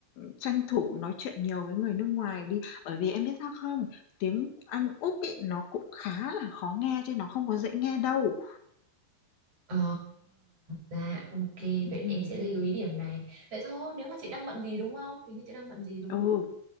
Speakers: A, on the left; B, on the right.
A: tranh thủ nói chuyện nhiều với người nước ngoài đi. Bởi vì em biết sao không? Tiếng Anh Úc ấy, nó cũng khá là khó nghe chứ nó không có dễ nghe đâu.
B: Ờ, dạ, ok, vậy
A: Ừm,
B: để em sẽ lưu ý điểm này. Vậy thôi, nếu mà chị đang bận gì đúng không? Hình như chị đang bận gì đúng
A: ừ,
B: không?